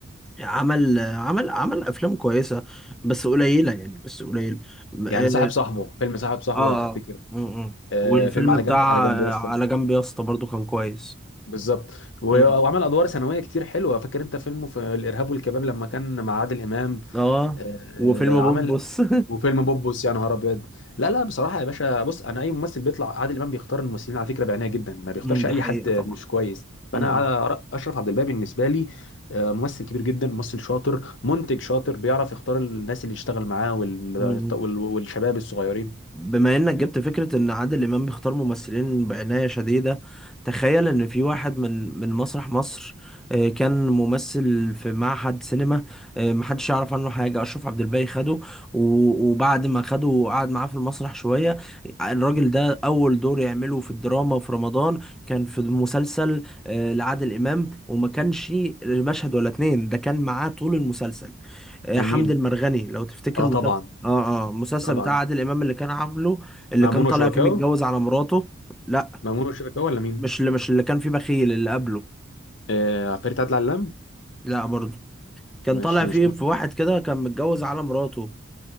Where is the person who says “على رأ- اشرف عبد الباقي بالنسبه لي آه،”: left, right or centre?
Left